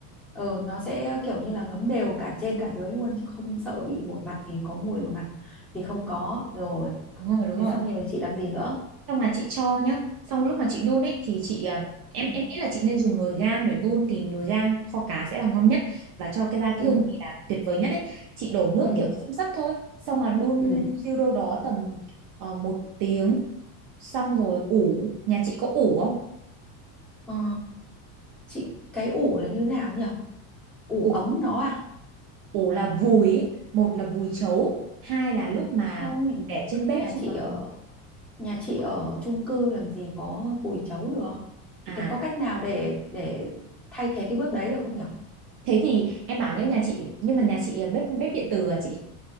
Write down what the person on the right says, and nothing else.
đúng rồi đúng
rồi
xong là chị cho nhá xong lúc mà chị đun ấy thì chị à, em
em nghĩ là chị nên dùng nồi gang để đun thì nồi gang kho cá sẽ là ngon nhất và cho cái ra cái
hương vị là tuyệt vời nhất ấy chị đổ nước
kiểu xăm xắp thôi xong là đun
siêu đâu đó tầm ờ, một tiếng xong rồi ủ nhà chị có ủ không
ủ,
ủ là vùi ấy. một là vùi chấu hai là lúc mà
mình để trên bếp
xong
rồi
à
thế thì em bảo nhớ nhà chị nhưng mà nhà chị à, bếp bếp điện từ à chị